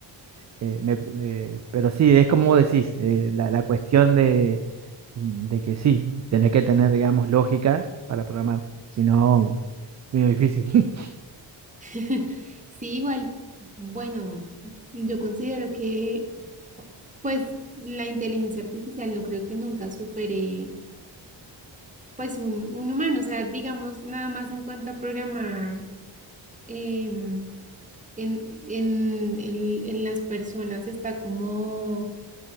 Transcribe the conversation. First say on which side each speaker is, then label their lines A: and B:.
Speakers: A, on the right; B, on the right.
A: Eh, me- eh, pero sí, es como vos decís, eh, la, la cuestión de, de que sí, tenés que tener, digamos, lógica para programar, si no, medio difícil. <laughs>
B: <laughs> Sí, igual, bueno, yo considero que pues la inteligencia artificial no creo que nunca supere pues un, un humano. O sea, digamos, nada más en cuanto a programar em, en, en, en en las personas está como